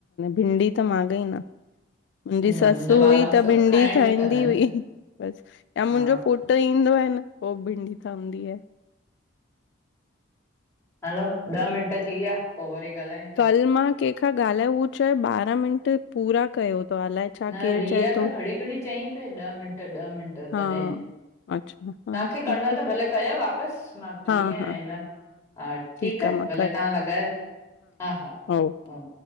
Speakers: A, on the left (about 60°); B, on the left (about 15°).
A: भिंडी त माॻेंई न। मुंहिंजी
B: न
A: ससु
B: मुंहिंजा
A: हुई
B: ॿार
A: त
B: सभु
A: भिंडी
B: खाइण
A: ठाहींदी
B: ई कंदा आहिनि
A: हुई। बसि या
B: हा
A: मुंहिंजो पुट ईंदो आहे पो भिंडी ठहंदी आहे।
B: हलो, ॾह मिंट थी विया पो वरी ॻाल्हायूं। था
A: कल मां कंहिंखां ॻाल्हाए हूअ चयो ॿारहां मिंट पूरा कयो त अलाए छा
B: न
A: केरु
B: रिया
A: चए
B: त
A: थो
B: घड़ी घड़ी चईं पिए ॾह मिंट ॾह मिंट तॾहिं
A: हा अच्छा हा
B: तव्हांखे
A: ठीकु
B: करणो
A: आहे
B: त भले कयो वापस‌ मां फ्री
A: हा
B: आहियां
A: हा
B: हिन हा। ठीक
A: ठीकु आहे
B: आ
A: मां
B: भले तव्हां लॻाए, हा हा।
A: हाव।
B: ओके।